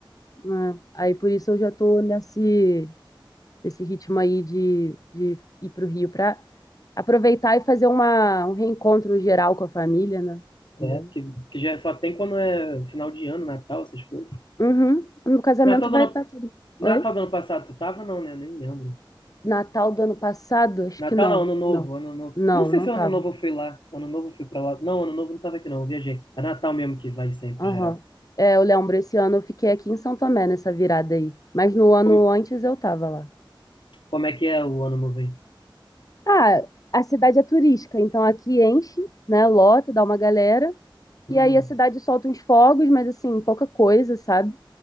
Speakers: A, on the left (about 45°); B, on the left (about 65°).
A: né? Aí por isso eu já tô nesse, nesse ritmo aí de, de ir pro Rio pra aproveitar e fazer uma, um reencontro geral com a família, né? Também.
B: É, porque porque já só tem quando é final de ano, Natal, essas coisas.
A: Uhum. No casamento
B: Natal do
A: vai
B: ano,
A: estar tudo.
B: Natal
A: Oi?
B: do ano passado, tu tava? Não, né? Nem lembro.
A: Natal do ano passado? Acho
B: Natal
A: que não.
B: não, Ano Novo,
A: Não.
B: Ano Novo.
A: Não,
B: Não sei
A: não
B: se Ano
A: tava.
B: Novo eu fui lá. Ano Novo eu fui pra lá. Não, Ano Novo eu não tava aqui, não. Eu viajei. É Natal mesmo que vai sempre,
A: Aham.
B: geral.
A: É, eu lembro, esse ano eu fiquei aqui em São Tomé nessa virada aí. Mas no ano
B: Como,
A: antes eu tava lá.
B: como é que é o Ano Novo aí?
A: Ah, a cidade é turística, então aqui enche, né? Lota, dá uma galera.
B: Uhum.
A: E aí a cidade solta uns fogos, mas assim, pouca coisa, sabe?